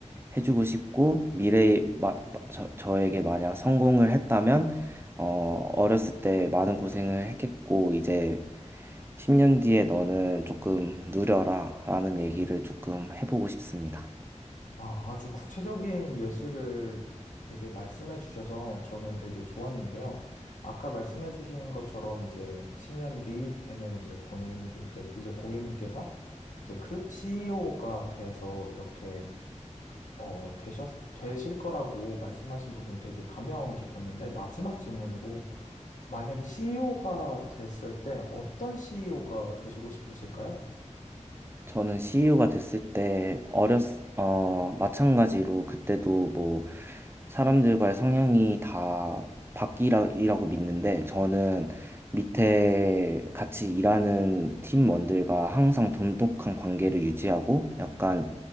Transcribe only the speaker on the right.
해주고 싶고, 미래의 마- 마- 저, 저에게 만약 성공을 했다면, 어, 어렸을 때 많은 고생을 했겠고, 이제 10년 뒤에 너는 조금 누려라 라는 얘기를 조금 해보고 싶습니다.
저는 CU가 됐을 때 어렸 어 마찬가지로 그때도 뭐 사람들과의 성향이 다 바뀌라고 믿는데 저는 밑에 같이 일하는 팀원들과 항상 돈독한 관계를 유지하고 약간